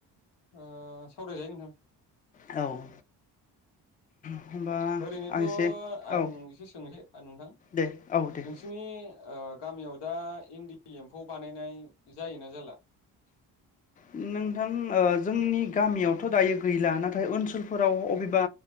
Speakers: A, on the left; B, on the left.
A: ओ सावरायजायो नोंथां
B: औ <unintelligible>
A: ओरैनोथ'
B: आं एसे
A: आं
B: औ
A: एसे सोंले नोंथां
B: दे औ दे
A: नोंसिनि ओ गामियाव दा इन्दि एम्फौ बानायनाय जायोना जाला?
B: नोंथां ओ जोंनि गामियावथ' दायो गैला नाथाय ओनसोलफोराव अबेबा